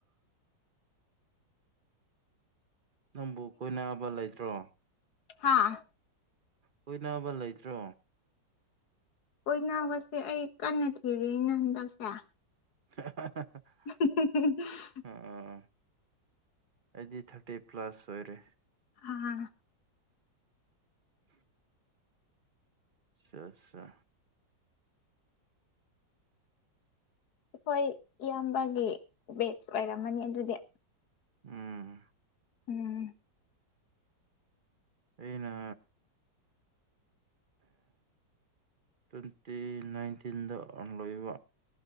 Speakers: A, on the right (about 45°); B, on the left (about 60°).
A: ꯅꯪꯕꯨ ꯀꯣꯏꯅꯕ ꯂꯩꯇ꯭ꯔꯣ
B: ꯍꯥꯥ
A: ꯀꯣꯏꯅꯕ ꯂꯩꯇ꯭ꯔꯣ
B: ꯀꯣꯏꯅꯕꯁꯦ ꯑꯩ ꯀꯟꯅ ꯊꯤꯔꯤꯅꯦ ꯍꯟꯗꯛꯁꯦ
A: <unintelligible>
B: <unintelligible>
A: ꯑꯣ ꯑꯣ ꯑꯩꯗꯤ ꯊꯥꯔꯇꯤ ꯄ꯭ꯂꯁ ꯑꯣꯏꯔꯦ
B: ꯑꯥ
A: <inaudible> ꯆꯠꯁꯥ
B: ꯑꯩꯈꯣꯏ ꯏꯌꯥꯝꯕꯒꯤ ꯕꯦꯠꯆ ꯑꯣꯏꯔꯝꯃꯅꯤ ꯑꯗꯨꯗꯤ
A: ꯎꯝ
B: ꯎꯝ
A: ꯑꯩꯅ ꯇ꯭ꯋꯦꯟꯇꯤ ꯅꯥꯏꯟꯇꯤꯟꯗ ꯑꯪ ꯂꯣꯏꯕ